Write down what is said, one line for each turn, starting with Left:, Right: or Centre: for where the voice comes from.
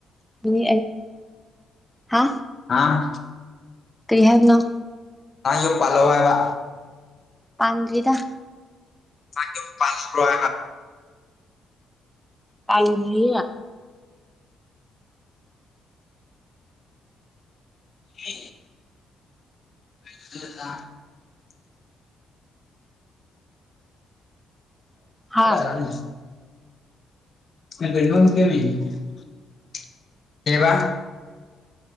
Centre: ꯃꯤ ꯍꯥ
Left: ꯑꯥ
Centre: ꯀꯔꯤ ꯍꯥꯏꯗꯅ
Left: ꯇ ꯌꯣ ꯄꯜꯋꯥꯕ
Centre: ꯄꯗ
Left: ꯊ ꯀꯦ ꯄꯖ ꯄ꯭ꯔ
Centre: ꯀꯥꯏ ꯏꯂꯤ
Left: ꯍ <inaudible>
Centre: ꯍꯥ
Left: ꯔꯅꯤ ꯀ ꯀꯕꯥ